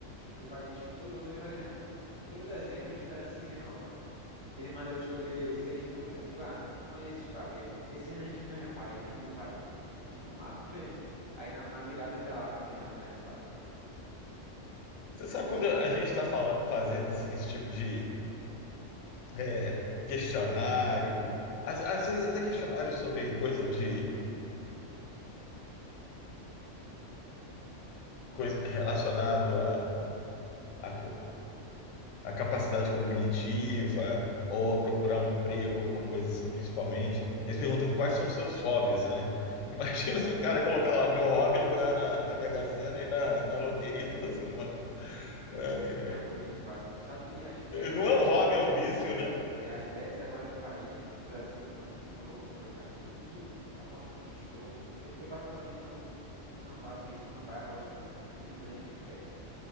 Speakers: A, on the right (about 30°); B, on the left (about 75°).
A: meu pai diz que todo ano ele vai ganhar. Então, todo dezembro a esperança se renova. Ele manda eu escolher seis números, digo, ah, toma esses, pai. Ele, esse ano a gente ganha, pai. Ele me chama de pai. Falei, Então vamos lá, vamos ver. Aí na, na virada ele tá lá acompanhando o resultado.
B: Você sabe quando a gente está fazendo assim esse tipo de é, questionário, às, às vezes até questionário sobre coisa de coisa relacionado a, a capacidade cognitiva ou a procurar um emprego, alguma coisa assim, principalmente. Eles perguntam quais são seus hobbies, né? <laughs> Imagina se o cara colocar lá, meu hobby é jogar na, na Mega Sena e na, na loteria toda semana. Ai,
A: É um vício
B: ai.
A: quase. Tu sabe que as bets
B: Não
A: agora,
B: é um hobby, é um vício, né?
A: é, as bets agora no país, no Brasil, estão uma loucura, cara. Todo mundo apostando em jogo. Eu, eu particularmente não, não faço isso, mas meu pai aposta muito. Ele ganha e ele perde.